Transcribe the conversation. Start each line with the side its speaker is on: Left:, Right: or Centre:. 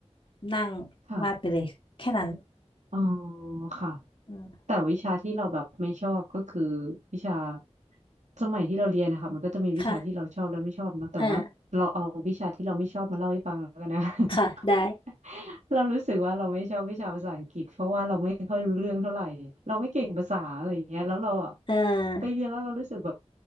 Left: นั่ง
Right: ค่ะ
Left: วาดไปเลยแค่นั้น
Right: อ๋อค่ะ
Left: อืม
Right: แต่วิชาที่เราแบบไม่ชอบก็คือวิชาสมัยที่เราเรียนนะคะมันก็จะมีวิชาที่เราชอบและไม่ชอบเนอะแต่ว่าเราเอาวิชาที่เราไม่ชอบมาเล่าให้ฟังแล้วกันนะ
Left: ค่ะอ่า
Right: <laughs>
Left: ค่ะได้
Right: เรารู้สึกว่าเราไม่ชอบวิชาภาษาอังกฤษเพราะว่าเราไม่ค่อยรู้เรื่องเท่าไหร่เราไม่เก่งภาษาอะไรอย่างเงี้ยแล้วเราอ่ะ
Left: เออ
Right: ไปเรียนแล้วเรารู้สึกแบบ